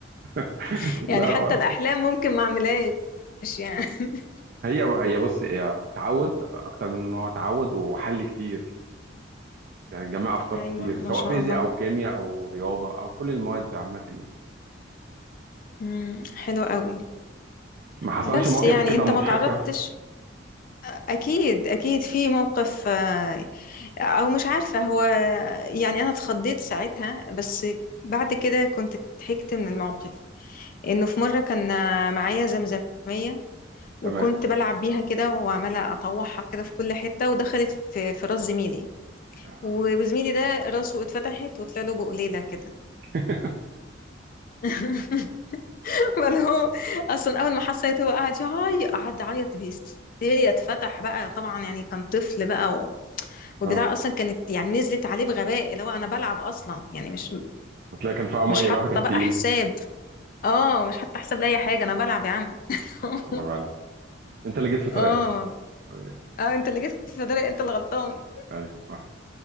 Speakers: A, on the right (about 55°); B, on the left (about 50°).
A: <laughs>
B: <laughs> يعني
A: لا
B: حتى الاحلام ممكن ما اعملهاش يعني <laughs>
A: هي هي بص هي تعود اكتر من ان هو تعود وحل كتير يعني جمع افكار
B: ايوه
A: كتير
B: ما
A: سواء
B: شاء
A: فيزياء
B: الله
A: او كيمياء او رياضه او كل المواد دي عامه يعني
B: امم حلو قوي
A: ما حصلش
B: بس
A: مواقف
B: يعني
A: كده
B: انت
A: مضحكه
B: ما تعرضتش اكيد اكيد في موقف آه، او مش عارفة هو يعني انا اتخضيت ساعتها بس بعد كده كنت ضحكت من الموقف انه في مرة كان معايا زمزمية وكنت
A: تمام
B: بلعب بيها كده وعمالة اطوحها كده في كل حتة ودخلت في في راس زميلي
A: اه
B: وزميلي ده راسه اتفتحت وطلع له بقليلة كده
A: <laughs>
B: <laughs> بل هو اصلا اول ما حسيت هو قعد يعيط قعد يعيط بهستيريا اتفتح بقى طبعا يعني كان طفل بقى و... والبتاع
A: آه.
B: اصلا كانت يعني نزلت عليه بغباء اللي هو انا بلعب اصلا يعني مش
A: هتلاقي كان فيها ميه
B: مش حاطه
A: بقى كانت
B: بقى
A: تقيله
B: حساب اه مش حاطه حساب لاي حاجه انا بلعب يا عم <laughs>
A: لا لا بقى لا انت اللي جيت في طريقها
B: اه
A: طيب.
B: اه انت اللي جيت في داري انت اللي غلطان
A: ايوه صح